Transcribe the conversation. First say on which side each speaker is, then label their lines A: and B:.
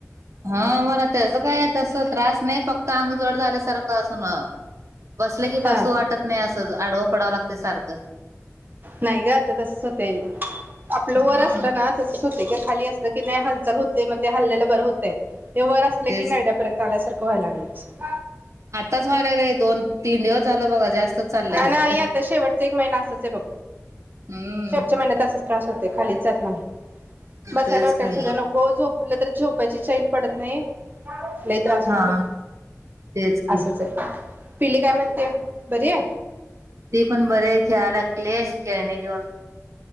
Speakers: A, on the right; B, on the right.
A: हा, मला त्याच काय तस त्रास नाही फक्त आंग जड झाल्यासारखं असं ना... बसलं कि
B: हा
A: बसू वाटतं नाही असच. आडवं पडावं लागत सारखं.
B: नाही ग आता तसच होते आपलं
A: हं.
B: वर असलं <unintelligible> खाली असलं कीं नाय, हालचाल होतंय. म ते हलेलं बरं होतंय. हे वर असल्या
A: तेच
B: कीं, नरड्यापर्यंत आले तर <unintelligible>
A: आताच व्हायला लागले. दोन तीन दिवस झालं बघा जास्त चाललंय ह्याच
B: नाही आता शेवटचा एक महिना असच आहे बघ.
A: हम्म
B: शेवटच्या महिन्यात असच राहत. <unintelligible> खालीच जात नाही. बसायला
A: तेच
B: होटेल
A: की
B: सुद्धा नको. झोपलं तर झोपायची क्ष पडत नाही. लय त्रास
A: हा
B: होतेय.
A: तेच की
B: असच हाय पिली कां म? कधी हाय?
A: ते पण बरे खेळायला लागले खेळणी घेऊन.